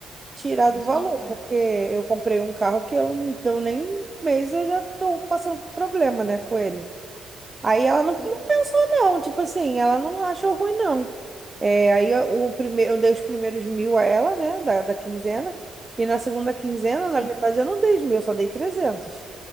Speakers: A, on the right; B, in the centre.
A: tirar do
B: Descontar.
A: valor, porque eu comprei um carro que eu, não- eu nem um mês eu já tô passando por problema, né, com ele. Aí ela não,
B: Pois
A: não
B: é.
A: pensou, não. Tipo assim, ela não achou ruim, não. É, aí eu- o primeiro, eu dei os primeiros mil a ela, né, da, da quinzena. E na segunda quinzena,
B: Sim.
A: na verdade, eu não dei os mil, eu só dei trezentos